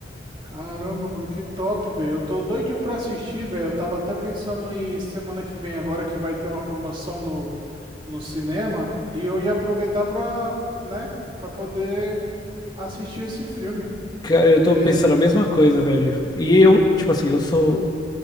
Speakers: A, on the right; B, on the left.
A: Caramba, mano, que top, velho. Eu tô doidinho pra assistir, velho. Eu tava até pensando em semana que vem agora que vai ter uma promoção no, no cinema e eu ia aproveitar pra, né, pra poder assistir esse filme.
B: Cara, eu
A: É,
B: tô pensando a mesma coisa, velho. E eu, tipo assim, eu sou